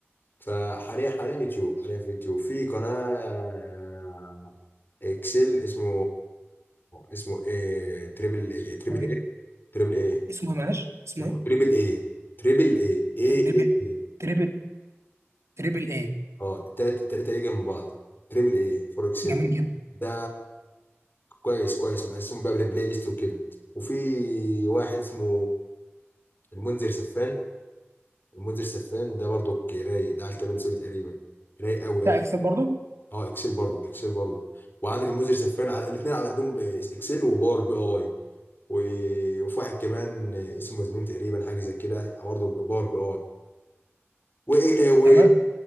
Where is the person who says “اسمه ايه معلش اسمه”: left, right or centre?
Right